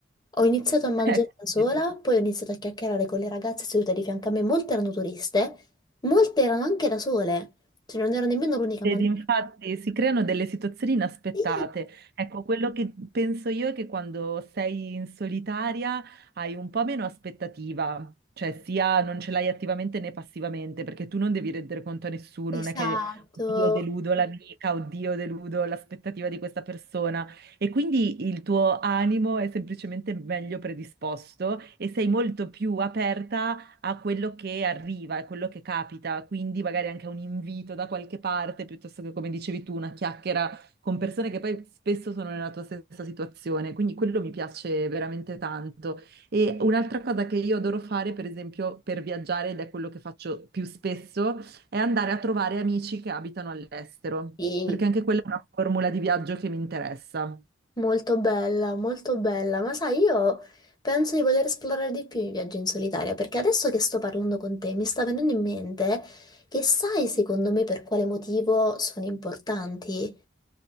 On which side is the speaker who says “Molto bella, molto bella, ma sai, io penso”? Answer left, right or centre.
Left